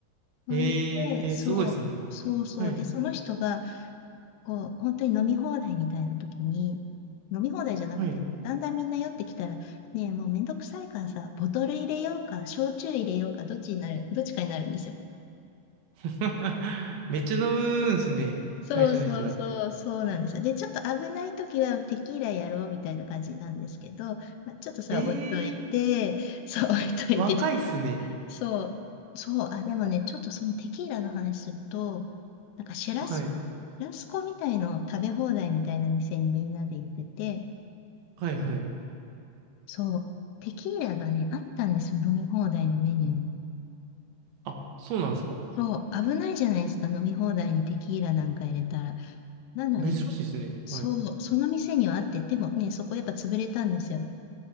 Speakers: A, on the left; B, on the right.
A: ほんで、
B: ええ、
A: そう、
B: すごいですね。
A: そうそう。
B: はい。
A: で、その人が、こう、本当に飲み放題みたいな時に、飲み放題じゃなくて、
B: はい。
A: だんだんみんな酔ってきたら、ねえ、もうめんどくさいからさ、ボトル入れようか、焼酎入れようか、どっちになる、どっちかになるんですよ。
B: <laughs> めっちゃ飲むんすね。
A: そうそうそう、
B: 会社の人ら。
A: そうなんですよ。で、ちょっと危ないときはテキーラやろうみたいな感じなんですけど、まあ、ちょっとそれ置いといて、
B: ええ
A: <laughs> そう、<laughs> 置いといて、
B: 若いっすね。
A: ちょっとそう、そう、あ、でもね、ちょっとそのテキーラの話すると、なんかシェラスコ、
B: はい。
A: シェラスコみたいの食べ放題みたいな店にみんなで行ってて、
B: はいはい。
A: そう、テキーラがね、あったんですよ、飲み放題のメニューに。
B: あ、そうなんですか。
A: そう、危ないじゃないですか、飲み放題にテキーラなんか入れたら。なのに、
B: 珍しいっすね。
A: そう、
B: はい。
A: その店にはあって、でもね、そこやっぱ潰れたんですよ。